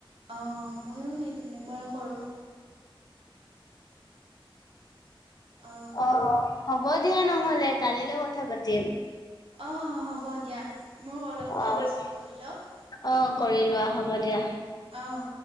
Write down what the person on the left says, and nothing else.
অহ হ'ব দিয়া নহ'লে কালিলৈ কথা পাতিম।
অ',
অ', কৰি লোৱা হ'ব দিয়া।